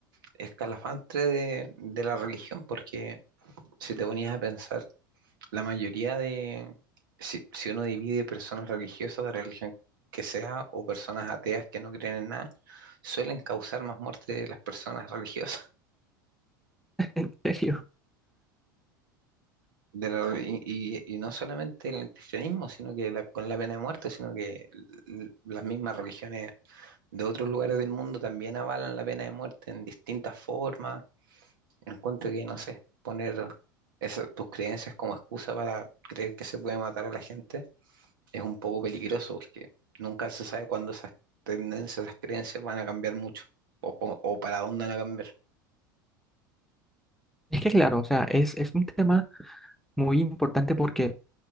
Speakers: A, on the right (about 75°); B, in the centre.
A: escalafante de, de la religión, porque si te ponías a pensar, la mayoría de, si, si uno divide personas religiosas de religión que sea o personas ateas que no creen en nada, suelen causar más muerte de las personas <laughs> religiosas.
B: en serio,
A: de y, y- y no solamente en el cristianismo, sino que la- con la pena de muerte, sino que l- las mismas religiones de otros lugares del mundo también avalan la pena de muerte en distintas formas. Encuentro que, no sé, poner esas, tus creencias como excusa para creer que se puede matar a la gente es un poco peligroso porque nunca se sabe cuándo esas tendencias, esas creencias van a cambiar mucho o, po- o para dónde van a cambiar.
B: es que claro, o sea, es, es un tema muy importante porque